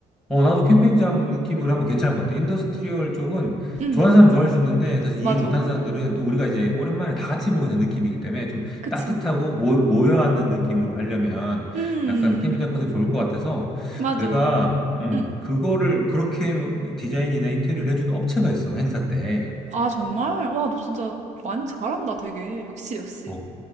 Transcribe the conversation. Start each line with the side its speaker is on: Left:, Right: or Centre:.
Centre: 어, 나도 캠핑장 느낌으로 하면 괜찮을 것 같아. 인더스트리얼 쪽은
Right: 음,
Centre: 좋아하는 사람 좋아할 수 있는데 사실 이해
Right: 맞아.
Centre: 못하는 사람들은 또 우리가 이제 오랜만에 다 같이 모이는 느낌이기 때문에 좀
Right: 그치.
Centre: 따뜻하고 모, 모여앉는 느낌으로 하려면
Right: 음,
Centre: 약간 캠핑장 컨셉 좋을 것 같아서
Right: 맞아.
Centre: 내가 음,
Right: 음.
Centre: 그거를 그렇게 디자인이나 인테리어를 해주는 업체가 있어, 행사 때.
Right: 아, 정말? 와, 너 진짜 많이 잘한다, 되게. 역시, 역시.
Centre: 어,